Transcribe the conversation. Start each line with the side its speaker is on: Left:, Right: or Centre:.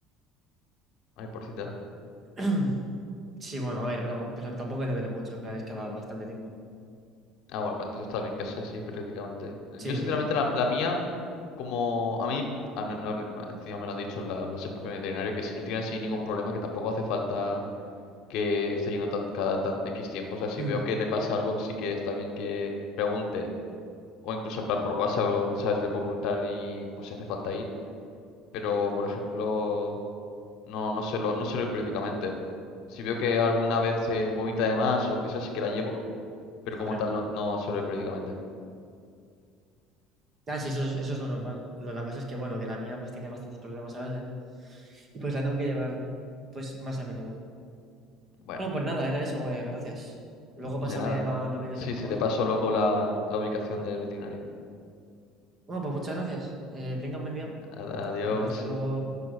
Left: Ay, pobrecita.
Right: <clears throat> Sí, bueno, a ver, pero, pero tampoco le duele mucho, en plan, es que va bastante tiempo.
Left: Ah, bueno, pues entonces está bien que sea así periódicamente.
Right: Sí,
Left: Yo, sinceramente,
Right: sí, sí.
Left: la, la mía Como a mí, al me- me lo, me encima me lo ha dicho la, la su propio veterinario, que si no tiene así ningún problema, que tampoco hace falta que esté yendo tan, cada tan X tiempo. O sea, si
Right: Mm,
Left: veo que le pasa algo, sí que está bien que pregunte. O incluso en plan por WhatsApp, ¿sabes? Le puedo preguntar y pues si hace falta ir. Pero, por ejemplo, no, no suelo, no suelo ir periódicamente. Si veo que alguna vez se vomita de más o lo que sea, sí que la llevo. Pero como
Right: Hombre,
Left: tal,
Right: normal.
Left: no, no suelo ir periódicamente.
Right: Ah, sí, eso es, eso es lo normal. Lo- la cosa es que, bueno, que la mía pues tiene bastantes problemas a veces y pues la tengo que llevar pues más a menudo.
Left: Bueno,
Right: Bueno, pues nada, era eso, eh, gracias. Luego pásame
Left: de nada, hombre.
Right: la, la aplicación,
Left: Sí,
Right: por
Left: sí,
Right: favor.
Left: te paso luego la, la ubicación del veterinario.
Right: Bueno, pues muchas gracias. Eh, tenga un buen día.
Left: Adiós.
Right: Venga, hasta luego.